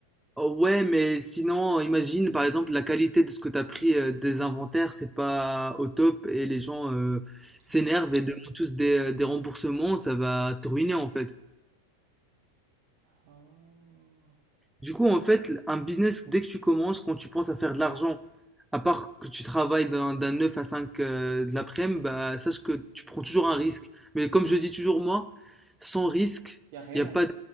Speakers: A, in the centre; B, on the right (about 45°).
A: Oh, ouais, mais sinon, imagine, par exemple, la qualité de ce que tu as pris euh, des inventaires, c'est pas au top et les gens euh, s'énervent
B: Ah,
A: et demandent tous des, euh, des remboursements, ça va te ruiner en fait.
B: ah.
A: Du coup, en fait, un business, dès que tu commences, quand tu penses à faire de l'argent, à part que tu travailles d'un d'un 9 à 5 euh, de l'après-midi, bah, sache que tu prends toujours un risque. Mais comme je dis toujours moi, sans risque,
B: Y a rien.
A: il n'y a pas de